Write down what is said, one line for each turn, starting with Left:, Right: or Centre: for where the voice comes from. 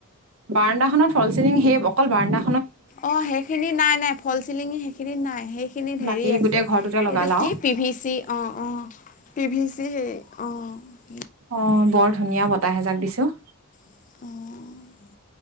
Right: বাৰাণ্ডাখনত ফলচিলিং সে অকল বাৰাণ্ডা
Left: অ', সেইখিনি নাই-নাই ফল চিলিঙি সেইখিনি নাই। সি খিনিত ধেৰি
Right: বাকী
Left: আছে
Right: গোটেই ঘৰটোতে লগালা
Left: এইটো কি
Right: আৰু
Left: পি ভি চি অ'-অ'। পি ভি চি হেই অ'।
Right: অ', বৰ ধুনীয়া বতাহ জাক দিছো অ।
Left: অ'।